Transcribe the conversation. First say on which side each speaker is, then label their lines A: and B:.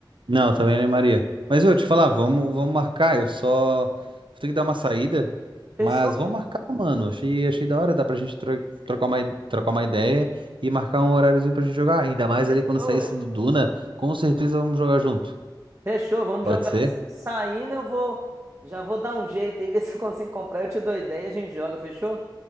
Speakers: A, on the right; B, on the right.
A: Não, também não é Maria. Mas eu te falar, vamos, vamos marcar. Eu só vou ter que dar uma saída,
B: Fechou,
A: mas vamos
B: cara.
A: marcar, mano. Achei, achei da hora, dá pra gente tro- trocar uma, i- trocar uma ideia e marcar um horáriozinho pra gente jogar. Ainda mais
B: Fechou,
A: ali quando sair
B: ué.
A: esse do Duna, com certeza vamos jogar junto.
B: Fechou, vamos
A: Pode
B: jogar
A: ser?
B: assim. Saindo, eu vou. Já vou dar um jeito aí, <laughs> ver se eu consigo comprar. Eu te dou ideia e a gente joga, fechou?